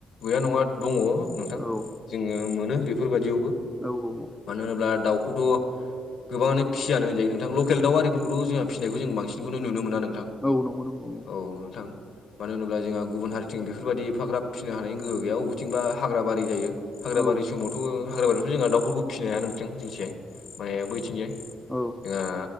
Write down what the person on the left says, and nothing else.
गैया नङा दङ नोंथां।
जोङो मोनो बेफोरबायाददियावबो
मानो होनोब्ला दाउखौथ' गोबाङानो फिसिजानो होनजायो नोंथांल' बेल दाउिफोरखौथ जोंहा फिसिनाय जों बांसिनखौ नुनो मोना नोंथां।
औ नोंथां। मानो होनोब्ला जोंहा गुबुन हारिथिं बेफोरबायदि एफाग्रा फिसिनो हानायनि गोहो गैया अबेथिंबा हाग्रा बारि जायो। हाग्राबारि
समावथ' हाग्राबारियावथ' जोंहा दाउफोरखौ फिनो हाया नोंसां जोंथियाय माने बैथिंजाय जोंहा